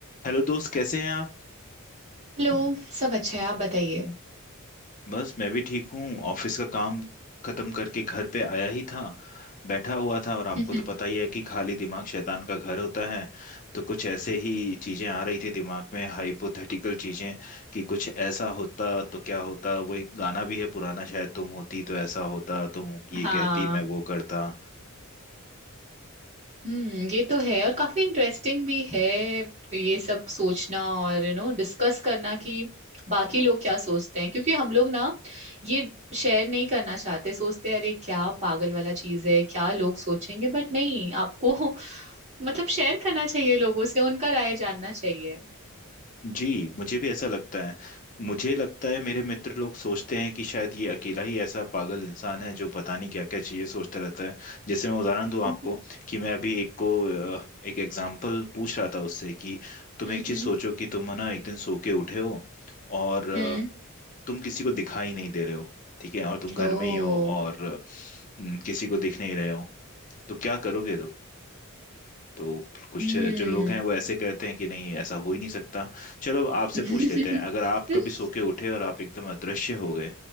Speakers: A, on the left; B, on the right.
A: Hello दोस्त कैसे हैं आप
B: Hello सब अच्छा है आप बताइए
A: बस मैं भी ठीक हूँ ऑफिस का काम खत्म करके घर पे आया ही था बैठा हुआ था और आपको
B: <laughs>
A: तो पता ही है कि खाली दिमाग शैतान का घर होता है तो कुछ ऐसे ही चीजें आ रही थी दिमाग में हाइपोथेटिकल चीजें कि कुछ ऐसा होता तो क्या होता वो एक गाना भी है पुराना शायद तुम होती तो ऐसा होता तुम ये
B: हाँ
A: कहती मैं वो करता
B: हम्म ये तो है और काफी इंटरेस्टिंग भी है ये सब सोचना और यू नो डिस्कस करना कि बाकी लोग क्या सोचते हैं क्योंकि हम लोग ना ये शेयर नहीं करना चाहते सोचते हैं अरे क्या पागल वाला चीज है क्या लोग सोचेंगे बट नहीं आपको <laughs> मतलब शेयर करना चाहिए लोगों से उनका राय जानना चाहिए
A: जी मुझे भी ऐसा लगता है मुझे लगता है मेरे मित्र लोग सोचते हैं कि शायद ये अकेला ही ऐसा पागल इंसान है जो पता नहीं क्या क्या चीजें सोचता रहता है जैसे मैं उदाहरण दूं
B: <laughs>
A: आपको
B: हम्म
A: कि मैं अभी एक को अ, एक एग्जाम्पल पूछ रहा था उससे कि तुम
B: हम्म
A: एक चीज सोचो कि तुम ना एक दिन सो के उठे हो और अ,
B: हम्म
A: तुम किसी को दिखाई नहीं दे रहे हो ठीक है और तुम घर
B: ओ
A: में ही हो और अ, न, किसी को दिख नहीं रहे हो तो क्या करोगे तुम तो कुछ
B: हम्म
A: जो लोग हैं वो ऐसे कहते हैं कि नहीं ऐसा हो ही नहीं सकता चलो अब आपसे
B: <laughs>
A: पूछ लेते हैं अगर आप कभी सो के उठे और आप एकदम अदृश्य हो गए